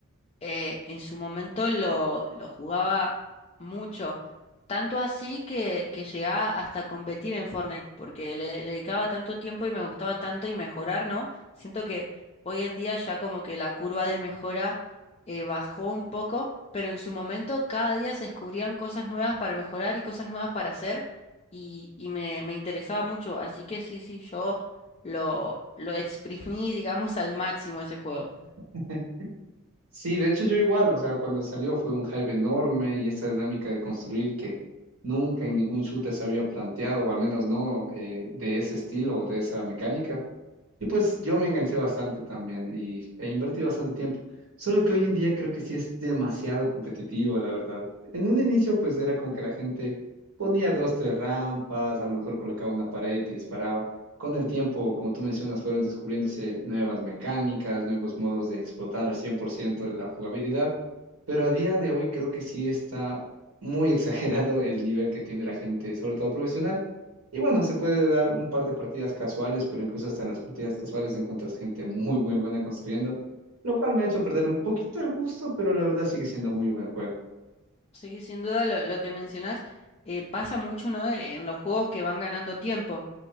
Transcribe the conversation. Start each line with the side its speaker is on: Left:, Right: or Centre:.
Left: eh, en su momento lo, lo jugaba mucho, tanto así que, que llegaba hasta a competir en Fortnite, porque le, le dedicaba tanto tiempo y me gustaba tanto y mejorar, ¿no? Siento que hoy en día ya como que la curva de mejora eh, bajó un poco, pero en su momento cada día se descubrían cosas nuevas para mejorar y cosas nuevas para hacer y, y me, me interesaba mucho, así que sí, sí, yo lo, lo exprimí, <laughs> digamos, al máximo ese juego.
Right: <laughs> Sí, de hecho yo igual, o sea, cuando salió fue un hype enorme y esta dinámica de construir que nunca en ningún shooter se había planteado, o al menos no eh, de ese estilo o de esa mecánica. Y pues yo me enganché bastante también y, e invertí bastante tiempo. Solo que hoy en día creo que sí es demasiado competitivo, la verdad. En un inicio pues era como que la gente ponía dos, tres rampas, a lo mejor colocaba una pared y te disparaba. Con el tiempo, como tú mencionas, fueron descubriéndose nuevas mecánicas, nuevos modos de explotar al 100% la jugabilidad. Pero a día de hoy creo que sí está muy <laughs> exagerado el nivel que tiene la gente, sobre todo profesional. Y bueno, se puede dar un par de partidas casuales, pero incluso hasta en las partidas casuales encuentras gente muy, muy buena construyendo, lo cual me ha hecho perder un poquito el gusto, pero la verdad sigue siendo muy buen juego.
Left: Sí, sin duda lo, lo que mencionás eh, pasa mucho, ¿no? Eh, En los juegos que van ganando tiempo.